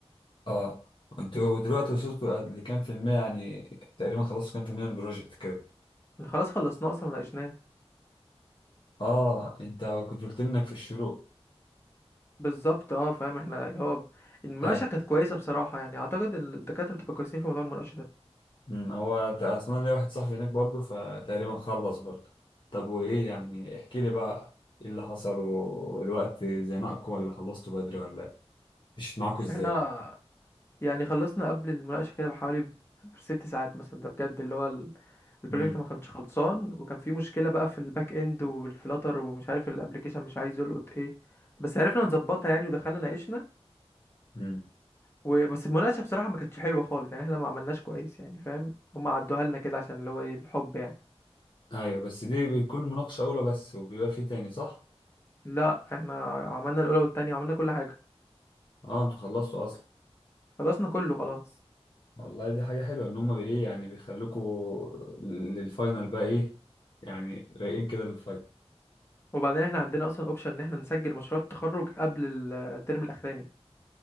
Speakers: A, on the left (about 50°); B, on the left (about 20°).
A: اه انتوا دلوقتي وصلتوا لكام في المية يعني تقريبا خلصتوا كام في المية من البروجكت كده
B: خلاص خلصناه اصلا وناقشناه
A: اه انت كنت قلت لي انك في الشروق
B: بالظبط اه فاهم احنا اللي هو المناقشه
A: ايوه
B: كانت كويسه بصراحه يعني اعتقد إن الدكاتره بتبقى كويسين في موضوع المناقشه ده
A: مم، هو ت- اصلا ليا واحد صاحبي هناك برضه فتقريبا خلص برضه طب وايه يعني احكي لي بقى ايه اللي حصل والوقت زنقكم ولا خلصتوا بدري ولا ايه؟ مشيت معاكم ازاي
B: احنا يعني خلصنا قبل المناقشة كده بحوالي ست ساعات مثلا ده بجد اللي هو ال- البروجكت
A: امم
B: ما كانش خلصان وكان في مشكلة بقى في الباك اند والفلاتر ومش عارف الابلكيشن مش عايز يلقط ايه بس عرفنا نظبطها يعني ودخلنا ناقشنا
A: امم
B: وبس المناقشة بصراحة ما كانتش حلوة خالص يعني احنا ما عملناش كويس يعني فاهم هم عدوها لنا كده عشان اللي هو ايه بالحب يعني
A: ايوه بس دي بتكون مناقشة اولى بس وبيبقى في تاني صح
B: لا احنا عملنا الأولى والتانية وعملنا كل حاجة
A: اه انتوا خلصتوا اصلا
B: خلصنا كله خلاص
A: والله دي حاجة حلوة ان هما بايه يعني بيخلوكوا للفاينل بقى ايه يعني رايقين كده للفاينل
B: وبعدين احنا عندنا اصلا اوبشن ان احنا نسجل مشروع التخرج قبل الترم الاخراني